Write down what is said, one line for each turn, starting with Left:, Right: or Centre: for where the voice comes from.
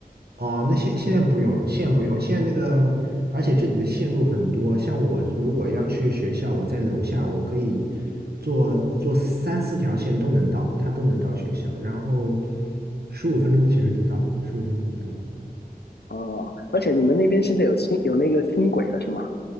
Right: 哦，那现现在不用，现在不用，现在那个，而且这里的线路很多，像我如果要去学校，我在楼下，我可以坐坐三四条线都能到，它都能到学校，然后十五分钟其实就到了，十五分钟就到了。
Left: 哦，而且你们那边现在有轻有那个轻轨了是吗？